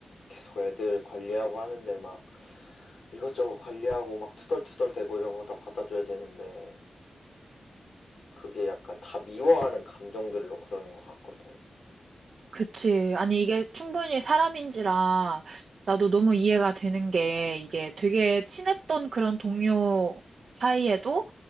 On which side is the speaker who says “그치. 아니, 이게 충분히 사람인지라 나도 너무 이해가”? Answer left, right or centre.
Right